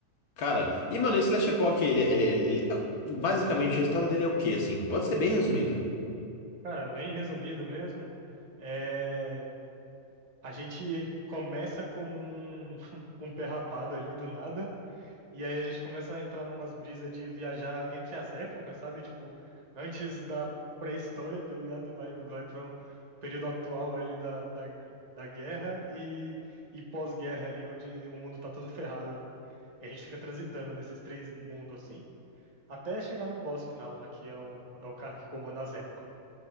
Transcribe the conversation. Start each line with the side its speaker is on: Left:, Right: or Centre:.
Left: Cara, e mano, esse Last Epoch, ele, ele, ele, ele- basicamente a história dele é o quê, assim? Pode ser bem resumido.
Right: Cara, bem resumido mesmo. É, a gente começa como um, <laughs> um pé rapado ali do nada. E aí a gente começa a entrar numas brisas de viajar entre as épocas, sabe? Tipo, antes da pré-história, tá ligado? Vai, vai para um período atual ali da, da, da guerra e, e pós-guerra ali, onde o mundo tá todo ferrado ali. E a gente fica transitando nesses três mundos assim, até chegar no boss final lá, que é o, é o cara que comanda as épocas, o